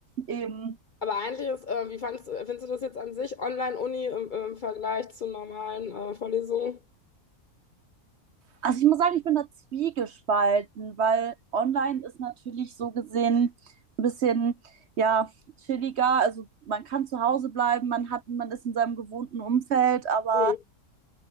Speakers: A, on the right; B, on the left.
A: eben.
B: Aber eigentlich ist, äh, wie fandst, findest du das jetzt an sich, Online-Uni im, im Vergleich zu normalen äh, Vorlesungen?
A: Also ich muss sagen, ich bin da zwiegespalten, weil online ist natürlich so gesehen ein bisschen ja chilliger. Also man kann zu Hause bleiben, man hat, man ist in seinem gewohnten Umfeld, aber
B: Hm.